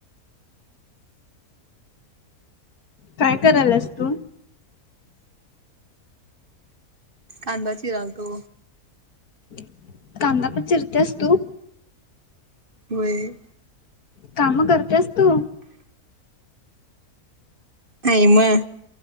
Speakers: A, on the left; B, on the right.
A: काय करायलास तू?
B: कांदा चिरालतो.
A: <inaudible> कांदा पण चिरतेस तू?
B: व्हयं.
A: काम करतेस तू?
B: नाही मग,